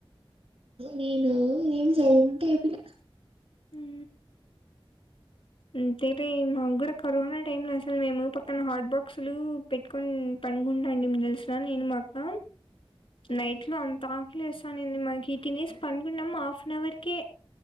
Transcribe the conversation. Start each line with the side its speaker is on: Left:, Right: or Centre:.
Right: నేను నేన్ సైలెంట్ ఐపొయ్న
Left: ఉ అంతేలె మాక్ గుడా కరోనా టైమ్ ల అసలు మేము పక్కన హాట్ బాక్స్లులూ పెట్కొన్ పడుకుంటామిన్ తెలుస నేను మా అక్క
Right: ఆహా
Left: నైట్ లొ అంత ఆకలిసాంది మాకి తినేసి పన్ కున్నమ్ హఫన్ హవర్ కే